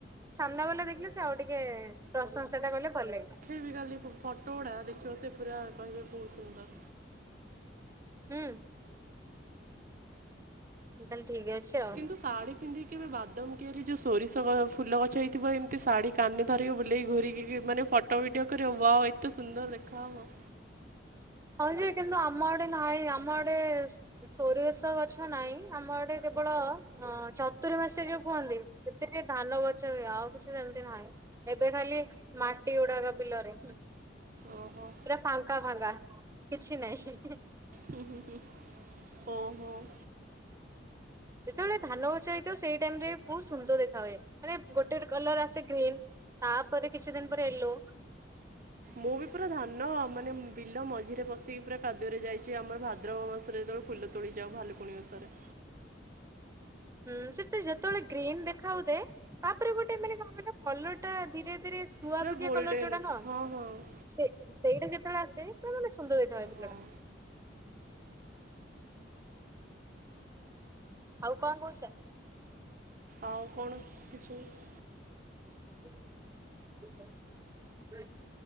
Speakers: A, on the right (about 15°); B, on the right (about 50°).
A: ସାମ୍ନାବାଲା ଦେଖିଲେ ସେ ଆଉ ଟିକେ ପ୍ରଶଂସା ଟା କଲେ ଭଲ ଲାଗିବ।
B: ଦେ କାଲି ଫୋଟୋ ଗୁଡା ଦେଖିବ ସେ ପୁରା କହିବେ ବହୁ ସୁନ୍ଦର।
A: ହୁଁ। ତାହେଲେ ଠିକି ଅଛି ଆଉ।
B: କିନ୍ତୁ ଶାଢ଼ୀ ପିନ୍ଧିକି କେବେ ବାଦମ କିଆରି ଯୋଉ ସୋରିଷ ଗ ଫୁଲ ଗଛ ହେଇଥିବ ଏମତି ଶାଢ଼ୀ କାନି ଧରିକି ବୁଲେଇକି ଘୂରି କି ମାନେ ଫୋଟୋ ଫଟୋ ଭଡିଓ କରିବ ୱା ଏତେ ସୁନ୍ଦର ଦେଖା ହବ।
A: ହଁ ଯେ କିନ୍ତୁ ଆମ ଆଡ଼େ ନାହିଁ ଆମ ଆଡ଼େ ସୋରିଷ ଗଛ ନାହିଁ। ଆମ ଆଡ଼େ କେବଳ ଅ ଚତୁରମାସେ ଯୋଉ କୁହନ୍ତି। ସେତିକି ଧାନ ଗଛ ହୁଏ ଆଉ କିଛି ସେମିତି ନାହିଁ। ଏବେ ଖାଲି ମାଟି ଗୁଡ଼ାକ ବିଲରେ। ପୁରା
B: ଓହୋ
A: ଫାଙ୍କା ଫାଙ୍କା। କିଛି ନାଇଁ।
B: ହୁଁ ହୁଁ ହୁଁ। ଓହୋଃ।
A: ଯେତେବେଳେ ଧାନ ଗଛ ହେଇଥିବ ସେଇ ଟାଇମି ରେ ବହୁତୁ ସୁନ୍ଦର ଦେଖା ହୁଏ। ମାନେ ଗୋଟେ କଲର ଆସେ। ଗ୍ରୀନ୍ ତାପରେ କିଛି ଦିନ ପରେ ୟେଲୋ।
B: ମୁଁ ବି ପୁରା ଧାନ ମାନେ ବିଲ ମଝିରେ ପଶିକି ପୁରା କାଦୁଅରେ ଯାଇଛି ଆମର ଭାଦ୍ରବ ମାସରେ ଯେତେବେଳ କୁ। ଫୁଲ ତୋଳି ଯାଉ ଭାଲୁକୁଣୀ ଓଷାରେ।
A: ହୁଁ ସେତେ ଯେତେବେଳେ ଗ୍ରୀନ ଦେଖା ହେଉଥାଏ। ତାପରେ ଗୋଟେ ମାନେ କ କହିଲ କଲର ଟା ଧୀରେ ଧୀରେ ଶୁଆପକ୍ଷୀ
B: ପୁରା ଗୋଲ୍ଡେନ୍
A: କଲର ଯୋଉଟା ନୁହଁ।
B: ହଁ ହଁ।
A: ସେ ସେଇଟା ଯେତେବେଳେ ଆସେ ପୁରା ମାନେ ସୁନ୍ଦର ଦେଖାଥାଏ ବିଲଟା।
B: ହଁ
A: ଆଉ କଣ କହୁଛ?
B: ଆଉ କଣ କିଛି ନୁହେଁ।
A: <inaudible>